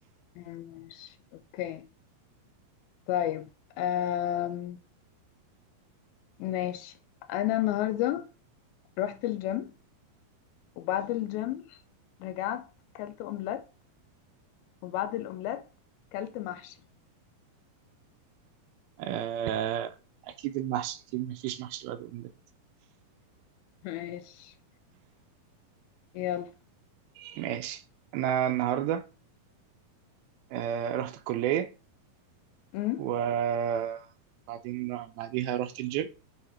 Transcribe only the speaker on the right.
آه، اكيد المحشي اكيد مفيش محشي بعد الأومليت
ماشي انا النهارده آه، رحت الكليه
وبعدين بعديها رحت الجيم